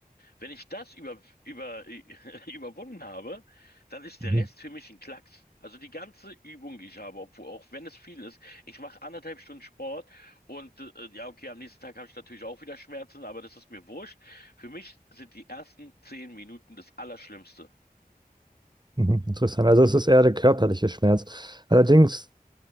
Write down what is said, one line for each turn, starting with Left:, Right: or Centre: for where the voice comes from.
Left: Wenn ich das über, über, <laughs> überwunden habe, dann ist
Right: Mhm.
Left: der Rest
Right: Mhm.
Left: für mich ein Klacks. Also die ganze Übung, die ich habe, obwohl, auch wenn es viel ist, ich mache anderthalb Stunden Sport und äh, ja, okay, am nächsten Tag habe ich natürlich auch wieder Schmerzen, aber das ist mir wurscht. Für mich sind die ersten zehn Minuten das Allerschlimmste.
Right: Mhm. Interessant. Also es ist eher der körperliche Schmerz. Allerdings